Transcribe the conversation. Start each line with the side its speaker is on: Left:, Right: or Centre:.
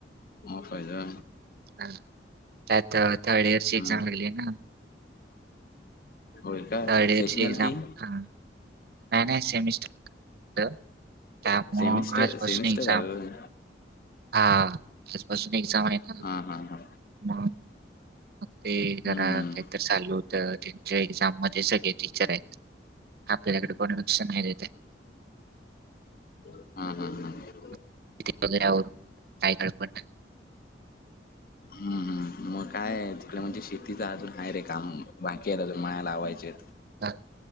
Left: ऑफ हाय का?
Right: हा त्यात थर्ड इयरची
Left: हा
Right: एक्झाम लागली आहे ना?
Left: होय काय?
Right: थर्ड इयरची
Left: सेशनल
Right: एक्झाम
Left: की
Right: हा नाही- नाही. सेमिस्टर त् त्यामुळ
Left: सेमिस्टर
Right: आज पासन
Left: सेमिस्टर
Right: एग्जाम.
Left: आहे होय
Right: हा आजपासून एक्झाम आहे ना?
Left: हा हा हा
Right: मग ते -जरा
Left: हम्म
Right: के तर चालू होत त्यांच्या एक्झाम मध्ये सगळे टीचर आहेत. आपल्याकड कोण लक्ष नाहीे देताय.
Left: हम्म - हम्म - हम्म.
Right: <unintelligible> -वगैरे काय काळ पड
Left: हम्म मग काय? तिकडे म्हणजे शेतीचं अजून आहे रे काम. बाकी आहे अजून माळ लावायचे आहेत.
Right: काक --